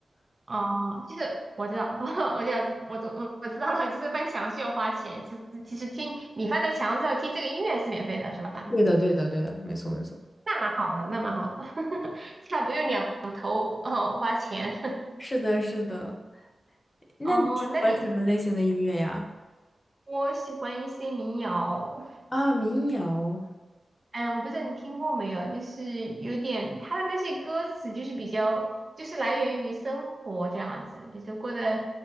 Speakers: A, on the right; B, on the left.
A: 哦，就是我知道，<laughs> 我知道，我懂，我我知道了，就是翻墙需要花钱，其实其实听你翻到墙之后听这个音乐是免费的，是吧？
B: 对的，对的，对的，没错，没错。
A: 那蛮好的，那蛮好的，<laughs> 这还不用两哦花钱
B: 是的，是的。那你喜欢什么类型的音乐呀？
A: <laughs> 哦。那你我喜欢一些民谣，
B: 啊，民谣，
A: 嗯，我不知道你听过没有，就是有点它的那些歌词就是比较就是来源于生活这样子，比如说过的，